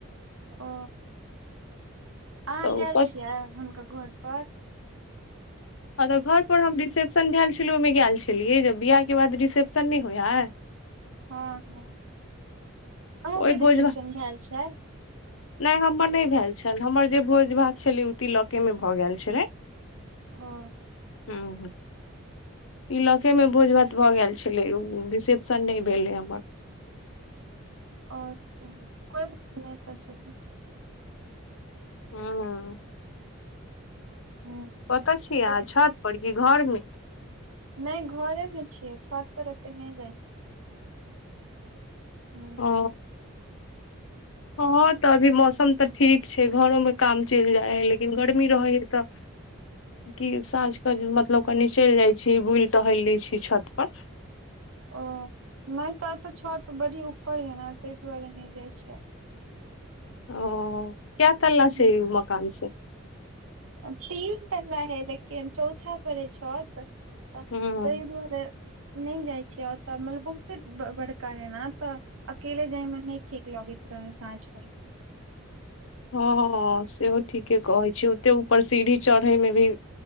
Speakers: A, on the right; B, on the left.
A: ओ आहाँ
B: तऽ
A: गेल
B: ओ कत-
A: छियै हुनका घर पर?
B: हँ तऽ घर पर हम रिसेप्शन भेल छलै ओहिमे गेल छलियै जब बिियाह के बाद रिसेप्शन नहि होय हा?
A: हँ हँ अहूँं
B: ओहि
A: के रिसेप्शन
B: भोज भात
A: भेल छैल?
B: नहि हमर नहि भेल छल हमर जे भोज भात छलै ओ तिलॉके मे भऽ गेल छलै।
A: ओ
B: हँ इलॉके में भोज भात भऽ गेल छलै ओ रिसेप्शन नहि भेलै हमर।
A: अच्छा कोइात नहि त चलू।
B: ह हँ
A: हूँ
B: कतय छीयै
A: तऽ
B: अहाँ छत पर की घरमे?
A: नहि घरे मे छियै छत पर एते नहि जाइ छियै। हूँ
B: ओ हँ तऽ अभी मौसम तऽ ठीक छैय घरो में काम चलि जाय हय लेकिन गर्मी रहे है तऽ क साँझ क मतलब कनी चलि जाइ छी बुलि टहलि लैत छी छत पर।
A: ओ नै तऽ तऽ छत बड़ी ऊपर य ने ताहि दुआरे नहि जाइ छीयै।
B: ओ कय तल्ला
A: हूँ
B: छैय मकान से?
A: तीन तला हय लेकिन चौथा पर हय छत। तऽ
B: हँ
A: ताहि दुआरे नहि जाइ छियै ओतय मतलब बहुते बड़का हइ ने तऽ अके जाइ म नहि ठीक लगैत रहै सााँझ परली।
B: हँ सेहो ठीके कहै छी ओते ऊपर सीढ़ी चढ़े मे भी